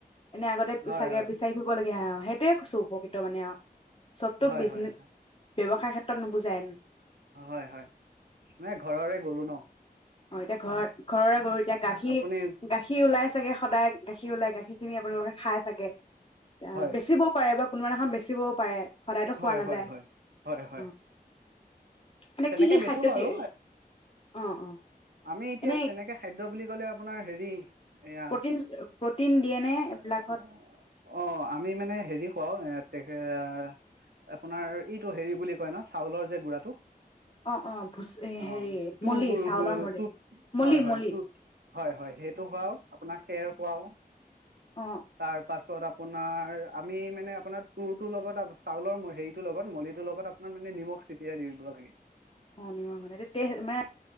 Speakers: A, on the left; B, on the right.
A: এনে আগতে
B: হয়
A: চাগে
B: হয়
A: বিচাৰি ফুৰিব লাগি আআউ হয়তু আই কৈছু উপবিত্ৰ মনে আৰু ছব তু
B: হয়
A: বিজনেছ
B: হয়
A: ব্যৱসায় ক্ষেত্ৰত নুবুজেন
B: ও, হয় হয়, মানে ঘৰৰ আই গৰু নহ।
A: ওইত। এতিয়া ঘৰ ঘৰৰে আই গৰু গাখীৰ
B: আপুনি
A: গাখীৰ উলাই চাগে। সদায় গাখীৰ উলাই গাখীৰখিনি আপোনালোকে খাই চাগে। এতিয়া
B: হয়
A: বেচিব পাৰে বা কোনবা দিনাখন বেছিব। পাৰে। সদায়তো খোৱা
B: হয়
A: নাযায়
B: হয় হয়, হয় হয়,
A: অ এনে
B: তেনেকে
A: কি কি
B: বেছোঁ
A: খাদ্য
B: বাৰু,
A: দিয়ে অ অ
B: আমি এতিয়া
A: এনে
B: তেনেকে খাইটো বুলি। ইফালে আপোনাৰ হেৰি আইয়াহ
A: প্ৰটিন প্ৰটিন
B: আ
A: দিয়ে নে
B: আ
A: এইবিলাকত
B: আ, অ', আমি মানে হেৰি খুৱাওঁ। শিখেগা আপোনাৰ এইটো হেৰি বুলি কোৱা নহয়, চাউলৰ যে গুৰা টো।
A: অ অ ভুচ
B: এ
A: হেৰি
B: তু
A: মলি
B: গুৰগো
A: চাউলৰ
B: গৈআগো
A: মলি
B: তুত
A: মলি
B: হয় হয়
A: মলি
B: তুত সেইটো বাৰু খেৰ খুৱাওঁ
A: অ
B: তাৰ পাছত আপোনাৰ, আমি মানে আপোনাৰ তু তু লগত চাউলৰ হেৰি টো লগত, মূলি টো লগত, আপোনাৰ মানে নিমখ চেতিয়াই দি ল'ব লাগে।
A: অ', নিমখ হ'লে তেতিয়াহে মে,